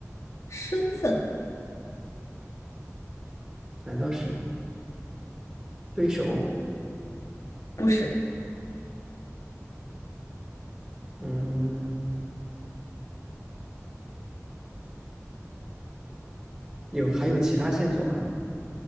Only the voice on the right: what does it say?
难道是对手？
嗯，有还有其他线索吗？